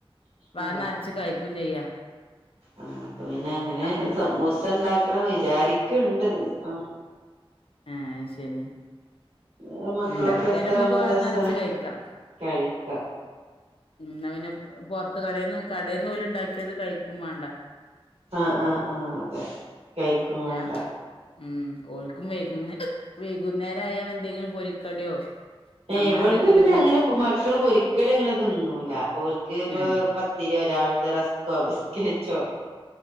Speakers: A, on the left; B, on the right.
A: വയർ
B: ആ
A: നറച്ചു കഴിക്കും ചെയ്യാ
B: ആഹ് പ്പൊ പിന്നെ അങ്ങനെ
A: അങ്ങനത്തെ
B: സമൂസണ്ടാക്കണം വിചാരിക്ക്‌ണ്ട് ഇപ്പം
A: ആഹ് ശരി
B: ഉം മക്കളൊക്കെ
A: ണ്ടാക്കിയാൽ
B: ഒത്താവുമ്പോ
A: നമ്മക്ക് വയർ
B: രസാണ്
A: നിറച്ച് കഴിക്കാ
B: കഴിക്കാം
A: ഉം ന്നാപിന്നെ പൊറത്ത് കടേന്ന് കടയിൽന്ന് ഓൽ ഉണ്ടാക്കിയത് കഴിക്കും വേണ്ട
B: ആഹ് ആഹ് ആഹ് അതെ കഴിക്കും
A: കുട്ട്യാ
B: വേണ്ട
A: ഉം ഓൽക്കും വൈകുന്നെ വൈകുന്നേ രായാൽ എന്തെങ്കിലും പൊരിക്കടിയോ
B: ഏഹ്
A: അങ്ങനെ
B: വെടെ
A: എന്തെങ്കിലൊക്കെ
B: പിന്നെ അങ്ങനെ മക്കള് പൊരിക്കടി അങ്ങനെ തിന്നൂല ഓൽക്ക്പ്
A: ഏഹ്
B: പ്പ ത്തിരിയോ രാവിലത്തെ റസ്കോ ബിസ്കറ്റോ